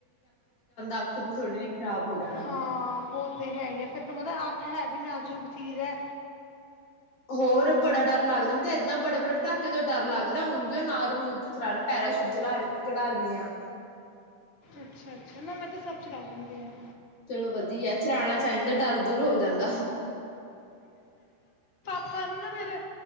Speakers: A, on the left; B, on the left.
A: ਅੱਖ ਥੋੜੀ ਨੇ ਖ਼ਰਾਬ ਹੋ ਜਾਣਾ
B: ਹਾਂ
A: ਸੀ
B: ਉਹ ਤੇ ਹੈ ਈ ਆ, ਫਿਰ ਤੁਹਾਨੂੰ ਪਤਾ ਅੱਖ ਏ ਵੀ ਨਾਜ਼ੁਕ ਚੀਜ਼ ਏ।
A: ਹੋਰ ਬੜਾ ਡਰ ਲੱਗਦਾ ਮੈਨੂੰ ਤੇ, ਏਦਾਂ ਬੜੇ ਬੜੇ ਪਟਾਕੇਿਆਂ ਤੋਂ ਡਰ ਲੱਗਦਾ ਉਂਝ ਨਾਰ ਨੂਰ ਤੇ ਚਲਾ ਲੈ ਪੈਰਾਸ਼ੂਟ ਚਲਾ ਚੜ੍ਹਾ ਲੈਂਦੇ ਆ।
B: ਅੱਛਾ ਅੱਛਾ ਨਾ ਮੈਂ ਤਾਂ ਸਭ ਚਲਾ ਲੈਂਦੀ ਹਾਂ
A: ਚਲੋ ਵਧੀਆ ਚਲਾਉਣਾ ਚਾਹੀਦਾ ਡਰ ਦੂਰ ਹੋ ਜਾਂਦਾ।
B: ਪਰ ਨਾ ਫੇਰ